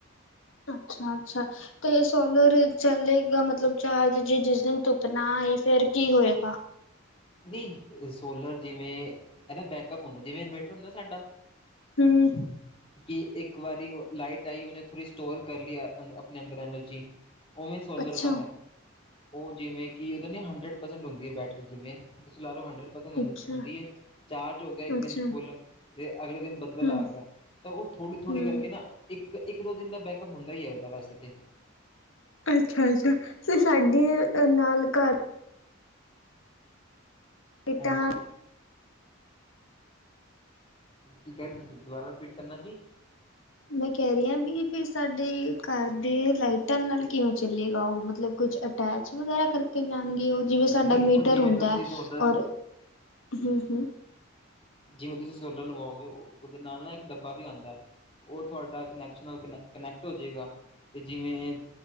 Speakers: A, on the left; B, on the left.
A: ਅੱਛਾ ਅੱਛਾ ਤੇ ਸੋਲਰ ਚੱਲੇਗਾ ਮਤਲਬ ਚਾਰਜ ਜੇ ਜਿਸ ਦਿਨ ਤੁੁੱਪ ਨਾ ਆਈ ਫੇਰ ਕੀ ਹੋਏਗਾ।
B: ਨਹੀਂ ਸੋਲਰ ਜਿਵੇਂ ਇਹਦਾ ਬੈਕਅਪ ਹੁੰਦਾ ਜਿਵੇਂ ਇਨਵੇਰਟਰ ਹੁੰਦਾ ਸਾਡਾ
A: ਹੂੰ,
B: ਕਿ ਇੱਕ ਵਾਰੀ ਉਹ ਲਾਈਟ ਆਈ ਉਹਨੇ ਥੋੜ੍ਹੀ ਸਟੋਰ ਕਰ ਲਿਆ ਆਪਣੇ ਅੰਦਰ ਐਨਰਜੀ। ਉਵੇਂ ਸੋਲਰ
A: ਅੱਛਾ
B: ਦਾ ਹੈ ਉਹ ਜਿਵੇਂ ਕਿ ਉਹਦੇ ਨੇ ਹੰਡਰਡ ਪਰਸੈਂਟ ਹੁੰਦੀ ਹੈ ਬੈਟਰੀ ਜਿਵੇਂ ਤੁਸੀਂ ਲਾ ਲਓ ਹੰਡਡਸਟ
A: ਅੱਛਾ
B: ਹੁੰ ਹੈ ਚਾਰਜ ਹੋ ਗਿਆ ਇੱਕ
A: ਅੱਛਾ
B: ਦਿਨ ਚ ਫੁੱਲ ਤੇ ਅਗਲੇ ਦਿਨ ਬੱਦਲ
A: ਹਮ
B: ਆ ਗਿਆ ਤਾਂ ਉਹ ਥੋੜ੍ਹੀ ਥੋੜ੍ਹੀ
A: ਹਮ
B: ਕਰਕੇ ਨਾ। ਇੱਕ ਇੱਕ ਦੋ ਦਿਨ ਦਾ ਬੈਕਅਪ ਹੁੰਦਾ ਹੀ ਹੈ ਉਹਦਾ ਵੈਸੇ ਤੇ
A: ਅੱਛਾ ਅੱਛਾ ਤੇ ਸਾਡੇ ਅ ਨਾਲ ਘਰ ਇਟਾ
B: ਹਾਂਜੀ ਕੀ ਕਿਹਾ ਦੁਬਾਰਾ ਰਿਪੀਟ ਕਰਨਾ ਜੀ।
A: ਮੈਂ ਕਹਿ ਰਹੀ ਹਾਂ ਵੀ ਫਿਰ ਸਾਡੇ ਘਰ ਦੇ ਲਾਈਟਾਂ ਨਾਲ ਕਿਵੇਂ ਚੱਲੇਗਾ ਉਹ ਮਤਲਬ ਕੁਛ ਅਟੈਚ ਵਗੈਰਾ ਕਰਕੇ ਜਾਣਗੇ ਉਹ ਜਿਵੇਂ ਸਾਡਾ
B: ਨਹੀਂ
A: ਮੀਟਰ
B: ਉਹ ਜਿਵੇਂ
A: ਹੁੰਦਾ
B: ਤੁਸੀਂ ਸੋਲਰ
A: ਔਰ ਹੂੰ ਹੂੰ,
B: ਜਿਵੇਂ ਤੁਸੀਂ ਸੋਲਰ ਲਵਾਉਗੇ ਉਹਦੇ ਨਾਲ ਨਾ ਇੱਕ ਡੱਬਾ ਵੀ ਆਉਂਦਾ। ਉਹ ਤੁਹਾਡਾ ਕਨੈਕਸ਼ਨ ਨਾਲ ਕਨੈ ਕਨੈਕਟ ਹੋ ਜਾਏਗਾ ਤੇ ਜਿਵੇਂ